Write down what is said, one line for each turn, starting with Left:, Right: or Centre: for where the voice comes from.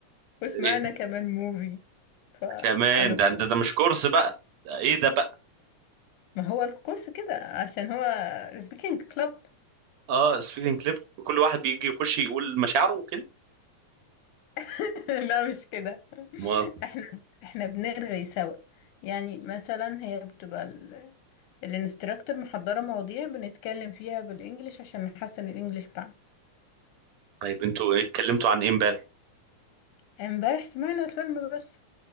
Left: وسمعنا
Right: إيه
Left: كمان موفي فكانت
Right: كمان ده أنت ده مش كورس بقى ده إيه ده بقى
Left: ما هو الكورس كده عشان هو سبيكينج كلاب
Right: أه سبيكينج كليب كل واحد بيجي يخش يقول مشاعره وكده
Left: <laughs> لا مش كده
Right: ما
Left: احنا احنا بنرغي سوا يعني مثلا هي بتبقى ال... الانستراكتور محضرة مواضيع بنتكلم فيها بالانجليش عشان نحسن الانجليش بتاعنا
Right: طيب أنتوا إيه اتكلمتوا عن إيه إمبارح
Left: امبارح سمعنا الفيلم بس